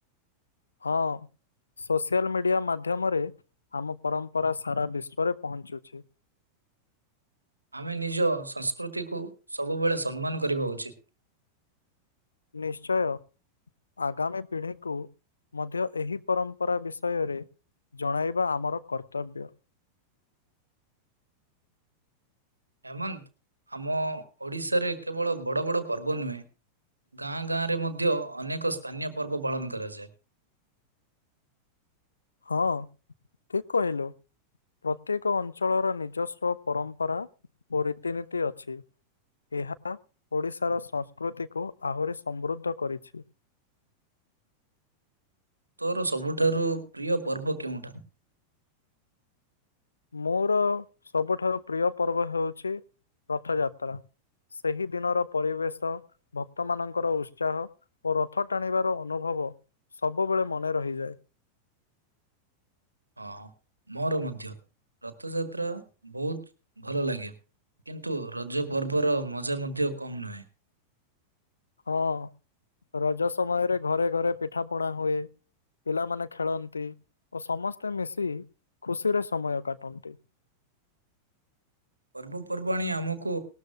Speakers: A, on the left (about 75°); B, on the right (about 80°).
A: ହଁ। ସୋସିଆଲ ମିଡ଼ିଆ ମାଧ୍ୟମରେ ଆମ ପରମ୍ପରା ସାରା ବିଶ୍ଵରେ ପହଞ୍ଚୁଛି।
B: ଆମେ ନିଜ ସଂସ୍କୃତିକୁ ସବୁବେଳେ ସମ୍ମାନ କରିବା ଉଚିତ୍।
A: ନିଶ୍ଚୟ। ଆଗାମୀ ପିଢ଼ିକୁ ମଧ୍ୟ ଏହି ପରମ୍ପରା ବିଷୟରେ ଜଣାଇବା ଆମର କର୍ତ୍ତବ୍ୟ।
B: ଏମନ୍ତ ଆମ ଓଡ଼ିଶାରେ କେବଳ ବଡ଼ ବଡ଼ ପର୍ବ ନୁହେଁ ଗାଁ ଗାଁରେ ମଧ୍ୟ ଅନେକ ସ୍ଥାନୀୟ ପର୍ବ ପାଳନ କରାଯାଏ।
A: ହଁ ଠିକ୍ କହିଲୁ। ପ୍ରତ୍ୟେକ ଅଞ୍ଚଳର ନିଜସ୍ୱ ପରମ୍ପରା ଓ ରୀତିନୀତି ଅଛି। ଏହା ଓଡ଼ିଶାର ସଂସ୍କୃତିକୁ ଆହୁରି ସମୃଦ୍ଧ କରିଛି।
B: ତୋର ସବୁଠାରୁ ପ୍ରିୟ ପର୍ବ କେଉଁଟା?
A: ମୋର ସବୁଠାରୁ ପ୍ରିୟ ପର୍ବ ହେଉଛି ରଥଯାତ୍ରା। ସେହି ଦିନର ପରିବେଶ ଭକ୍ତମାନାନଙ୍କର ଉତ୍ସାହ ଓ ରଥ ଟାଣିବାର ଅନୁଭବ ସବୁବେଳେ ମନେ ରହିଯାଏ।
B: ହଁ ମୋର ମଧ୍ୟ ରଥଯାତ୍ରା ବହୁତ୍ ଭଲ ଲାଗେ। କିନ୍ତୁ ରଜ ପର୍ବ ର ମଜା ମଧ୍ୟ କମ୍ ନୁହେଁ।
A: ହଁ ରଜ ସମୟରେ ଘରେ ଘରେ ପିଠା ପଣା ହୁଏ। ପିଲାମାନେ ଖେଳନ୍ତି ଓ ସମସ୍ତେ ମିଶି ଖୁସିରେ ସମୟ କାଟନ୍ତି।
B: ପର୍ବପର୍ବାଣି ଆମକୁ